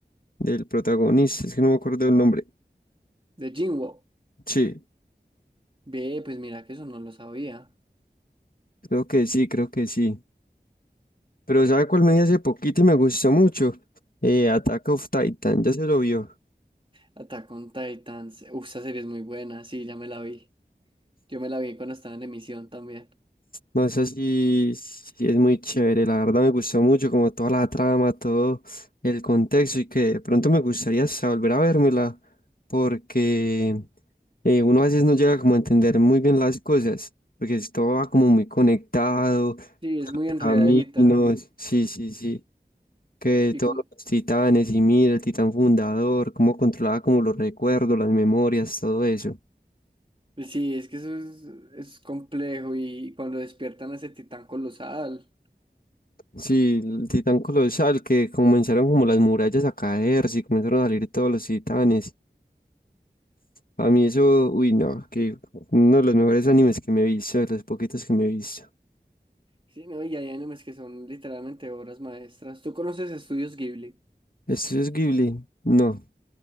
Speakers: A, on the left (about 55°); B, on the right (about 30°).
A: Del protagonista, es que no me acuerdo el nombre.
B: De Jinwoo.
A: Sí,
B: Ve, pues mira que eso no lo sabía.
A: creo que sí, creo que sí. Pero ¿sabe cuál me vi hace poquito y me gustó mucho? Eh, Attack of Titan, ya se lo vio.
B: Attack on Titans. Uf, esa serie es muy buena, sí, ya me la vi. Yo me la vi cuando estaba en emisión también.
A: No sé si, si es muy chévere, la verdad me gustó mucho, como toda la trama, todo el contexto y que de pronto me gustaría hasta volver a vérmela porque eh, uno a veces no llega como a entender muy bien las cosas, porque es- todo va como muy conectado,
B: Sí, es muy enredadita.
A: caminos, sí, sí, sí. que
B: Y
A: todos
B: como,
A: los titanes y mira, el titán fundador, cómo controlaba como los recuerdos, las memorias, todo eso.
B: sí, es que eso es, es complejo. Y cuando despiertan a ese titán colosal.
A: Sí, el titán colosal, que comenzaron como las murallas a caerse y comenzaron a salir todos los titanes. A mí eso, uy, no, que uno de los mejores animes que me he visto, de los poquitos que me he visto.
B: Sí, no, y hay animes que son literalmente obras maestras. ¿Tú conoces Estudios Ghibli?
A: ¿Esto es Ghibli? No.